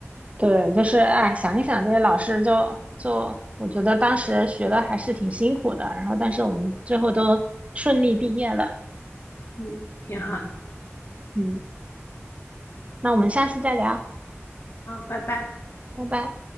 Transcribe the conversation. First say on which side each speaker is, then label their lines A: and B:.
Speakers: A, on the right; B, on the left.
A: 对，就是哎，想一想这些老师就就我觉得当时学的还是挺辛苦的，然后但是我们最后都顺利毕业了，
B: 嗯，挺好的。
A: 嗯。那我们下次再聊，
B: 好，拜拜。
A: 拜拜。